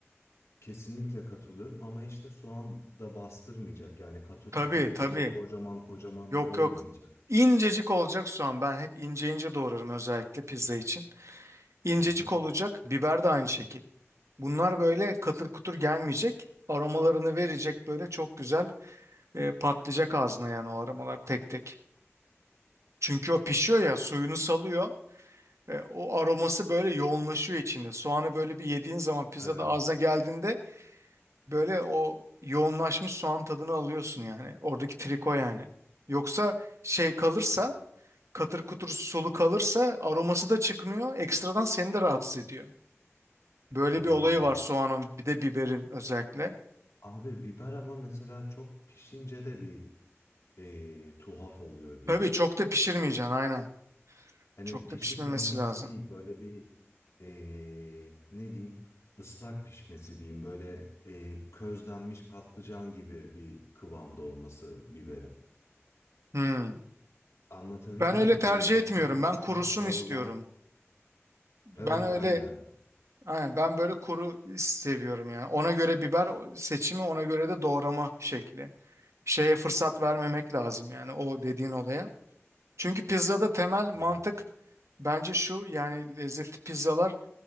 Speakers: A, on the left; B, on the right.
A: Kesinlikle katılıyorum ama işte soğan da bastırmayacak. Yani katır
B: Tabii
A: kutur içinde
B: tabii.
A: kocaman kocaman
B: Yok
A: olmayacak.
B: yok. İncecik olacak soğan. Ben hep ince ince doğrarım özellikle pizza için. İncecik
A: Hı hı.
B: olacak. Biber de aynı şekil. Bunlar böyle katır kutur gelmeyecek. Aromalarını verecek böyle çok güzel e, patlayacak ağzına yani o aromalar tek tek. Çünkü o pişiyor ya suyunu salıyor. E, o aroması böyle yoğunlaşıyor içinde. Soğanı böyle bir yediğin zaman pizzada
A: Evet,
B: ağzına geldiğinde böyle o yoğunlaşmış soğan tadını alıyorsun yani. Oradaki triko yani. Yoksa şey kalırsa katır kutur sulu kalırsa aroması da çıkmıyor. Ekstradan seni de rahatsız ediyor. Böyle
A: doğru
B: bir olayı
A: diyor.
B: var soğanın bir de biberin özellikle.
A: Abi biber ama mesela çok pişince de bir eee, tuhaf oluyor diyeyim.
B: Tabii çok da pişirmeyeceksin aynen.
A: Hani
B: Çok
A: pişip
B: da pişmemesi
A: yanması
B: lazım.
A: değil böyle bir eee, ne diyeyim ıslak pişmesi diyeyim. Böyle eee, közlenmiş patlıcan gibi bir kıvamda olması biberin.
B: Hmm.
A: Anlatabildim
B: Ben öyle
A: mi?
B: tercih
A: Böyle yumuşak
B: etmiyorum.
A: yumuşak
B: Ben kurusun
A: dağılan
B: istiyorum. Ben
A: Evet
B: öyle
A: ben de.
B: aynen, ben böyle kuru seviyorum yani. Ona göre biber seçimi ona göre de doğrama şekli. Şeye fırsat vermemek lazım yani o dediğin olaya. Çünkü pizzada temel
A: Evet.
B: mantık bence şu yani lezzetli pizzalar